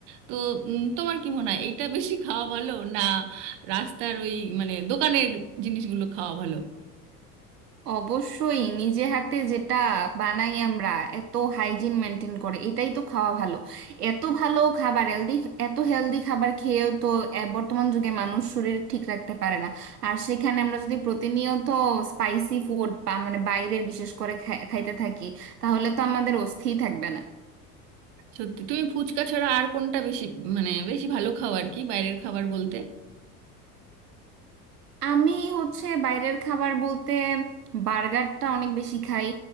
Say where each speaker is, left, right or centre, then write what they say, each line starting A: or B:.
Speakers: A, on the right (about 50°); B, on the right (about 80°).
A: তো উম, তোমার কি মনে হয় এটা বেশি খাওয়া ভালো না রাস্তার ওই মানে দোকানের জিনিসগুলো খাওয়া ভালো
B: অবশ্যই নিজে হাতে যেটা বানাই আমরা এত হাইজিন মেনটেন করে এটাই তো খাওয়া ভালো এত ভালো খাবার হেলদি এত হেলদি খাবার খেয়েও তো এ- বর্তমান যুগে মানুষ শরীর ঠিক রাখতে পারে না আর সেখানে আমরা যদি প্রতিনিয়ত স্পাইসি ফুড মানে বাইরের বিশেষ করে খাই- খাইতে থাকি তাহলে তো আমাদের অস্থি থাকবে না
A: সত্যি তুমি ফুচকা ছাড়া আর কোনটা বেশি মানে বেশি ভালো খাও আর কি বাইরের খাবার বলতে
B: আমি হচ্ছে বাইরের খাবার বলতে বার্গারটা অনেক বেশি খাই